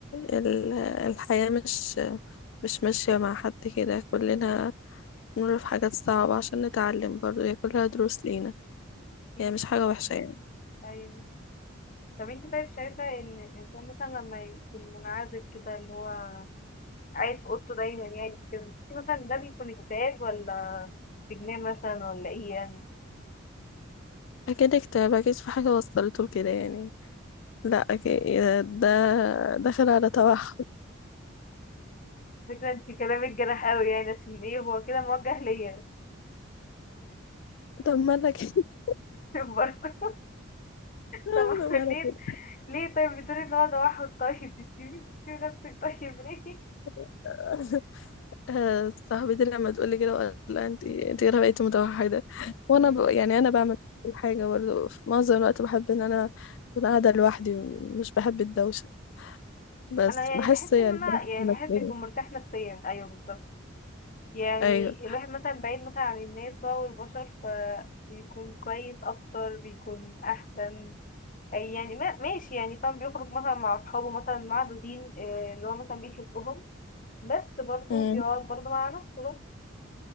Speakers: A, on the left; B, on the left.
A: ال- الحياة مش مش ماشية مع حد كده كلنا نمر في حاجات صعبة عشان نتعلم برضه هي كلها دروس لينا
B: أكيد
A: هي مش حاجة وحشة يعني
B: أيوة طب انت طيب شايفة ان الانسان مثلا لما يكون منعزل كده اللي هو قاعد في اوضته دايما يعني كده انت مثلا ده بيكون اكتئاب ولا اجتماع مثلا ولا ايه يعني
A: أكيد اكتئاب أكيد في حاجة وصلته لكده يعني لا أكيد ده داخل على توحد
B: فكرة انت كلامك جرح قوي يعني عشان ايه هو كده موجه ليا
A: طب ما أنا كده <laughs>
B: <laughs> برضه
A: طب
B: طب
A: ما
B: ليه
A: أنا
B: ليه طيب بتقولي ان هو توحد طيب تشتمي تشتمي نفسك طيب ليه
A: كده آه، صاحبتي لما تقول لي كده وقال لها انت انت كده بقيتي متوحده وانا
B: <laughs> مم.
A: ب... يعني انا بعمل كل حاجه برضه في معظم الوقت بحب ان انا اكون قاعده لوحدي مش بحب الدوشه بس
B: انا يعني
A: بحس
B: بحس
A: يعني
B: ان انا
A: بحس
B: يعني
A: نفسيا
B: الواحد بيكون مرتاح نفسيا ايوه بالظبط يعني
A: ايوه
B: الواحد مثلا بعيد مثلا عن الناس بقى والبشر فبيكون كويس اكتر بيكون احسن أي يعني ما ماشي يعني فاهم بيخرج مثلا مع اصحابه مثلا معدودين آه، اللي هو مثلا بيحبهم بس برضه
A: مم.
B: بيقعد برضه مع نفسه برضه